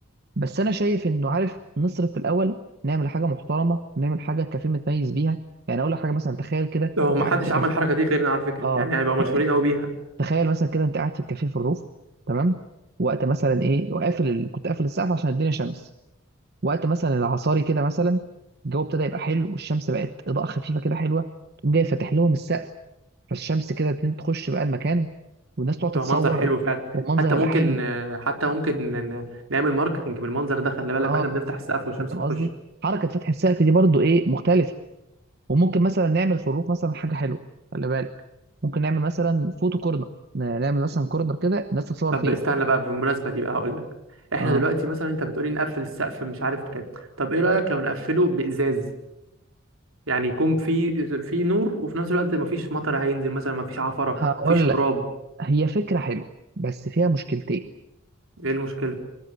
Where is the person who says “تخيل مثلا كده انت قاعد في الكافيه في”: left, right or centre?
Right